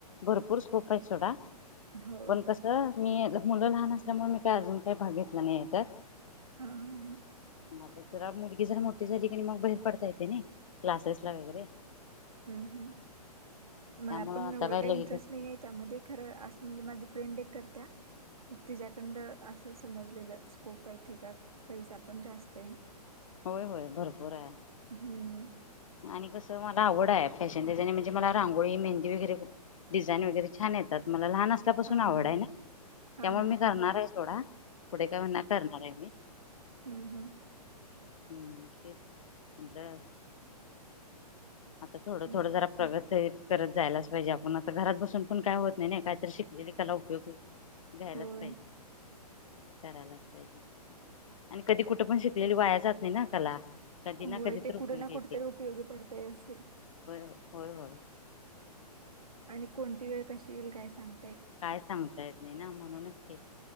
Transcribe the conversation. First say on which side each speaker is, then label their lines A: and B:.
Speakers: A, on the left (about 55°); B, on the right (about 60°).
A: भरपूर स्कोप आहेत सोडा,
B: हो
A: पण कसं मी मुलं लहान असल्यामुळे, मी काही अजून काही भाग घेतला नाही त्यात,
B: हा हा हा,
A: म जरा मुलगी जरा मोठी झाली मग बाहेर पडता येते नाई क्लासेस ला वगैरे,
B: हम्म
A: त्यामुळं
B: मला पण
A: आता
B: एवढं
A: काय
B: काही
A: लगे
B: इंटरेस्ट नाही आहे, त्यामध्ये खरं असं म्हणजे माझी फ्रेंड एक करत. मग तिच्याकंड असं समजलेलं स्कोप आहे त्याच्यात पैसा पण जास्त आहे.
A: होय होय भरपूर आहे.
B: हं.
A: आणि कसं मला आवड आहे फॅशन डिझाईन म्हणजे मला रांगोळीे मेहेदी वगैरे डिझाईन वगैरे छान येतात मला लहान असल्यापासून
B: हां,
A: आवड
B: हां.
A: आहे ना
B: हां,
A: त्यामुळे
B: हां,
A: मी करणार
B: हां.
A: आहे सोडा, पुढे का हुना करणार आहे मी.
B: हम्म हम्
A: हम्म तेच म्हणलं आता थोडं
B: हं.
A: थोडं जरा प्रगत तेच करत जायलाच पाहिजे आपण आता घरात बसून पण काय होत नाही ने काहीतरी शिकलेली कला उपयोगी घ्यायलाच
B: होय.
A: पाहिजे. करायलाच पाहिजे आणि कधी कुठ पण शिकलेली वाया जात नाही ना कला. कधी ना
B: होय
A: कधी
B: ते
A: तर उपयोगी
B: कुठं ना
A: येते
B: कुठ तरी उपयोगी पडतय असे.
A: हो हो
B: आणि कोणती वेळ कशी येईल काय सांग
A: काय सांगता येत नाही ना म्हणूनच ते